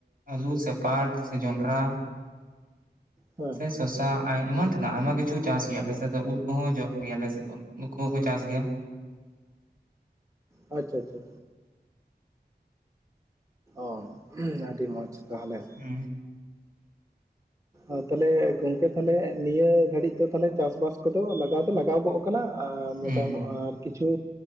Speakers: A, on the right; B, on the right.
A: ᱟᱹᱞᱩ ᱥᱮ ᱯᱟᱴ ᱥᱮ ᱡᱚᱱᱰᱨᱟ᱾
B: ᱦᱮᱸ
A: ᱥᱮ ᱥᱚᱥᱟ ᱟᱭᱢᱟ ᱛᱮᱱᱟᱜ ᱟᱭᱢᱟ ᱠᱤᱪᱷᱩ ᱪᱟᱥ ᱜᱮᱭᱟ ᱟᱞᱮ ᱥᱮᱜ ᱫᱚ ᱩᱞ ᱠᱚᱦᱚᱸ ᱡᱚᱜ ᱜᱮᱭᱟ ᱟᱞᱮ ᱥᱮᱜ ᱫᱚ᱾ ᱱᱩᱠᱩ ᱦᱩᱸᱠᱩ ᱪᱟᱥ ᱜᱮᱭᱟ᱾
B: ᱟᱪᱪᱷᱟ ᱟᱪᱷᱟ᱾ ᱚ ᱟᱰᱤ ᱢᱚᱸᱪ ᱛᱟᱦᱚᱞᱮ᱾
A: ᱦᱩᱸ᱾
B: ᱟᱨ ᱛᱟᱦᱚᱞᱮ ᱜᱚᱝᱠᱮ ᱛᱟᱦᱚᱞᱮ ᱱᱤᱭᱟᱹ ᱜᱷᱟᱹᱲᱤᱡ ᱫᱚ ᱛᱟᱦᱞᱮ ᱪᱟᱥᱼᱵᱟᱥ ᱠᱚᱫᱚ ᱞᱟᱜᱟᱣ ᱫᱚ ᱞᱟᱜᱟᱣ ᱜᱚᱜᱼᱼ ᱠᱟᱱᱟ ᱟᱨ
A: ᱦᱩᱸ
B: ᱢᱚᱴᱟ‌ ᱢᱟ‌ ᱟᱨ ᱠᱤᱪᱷᱩ